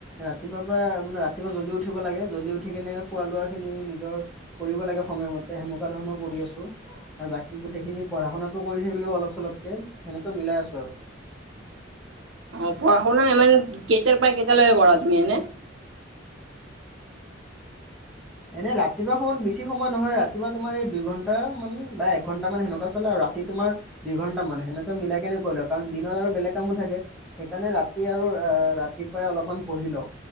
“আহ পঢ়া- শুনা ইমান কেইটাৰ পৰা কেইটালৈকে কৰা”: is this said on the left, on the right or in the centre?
Right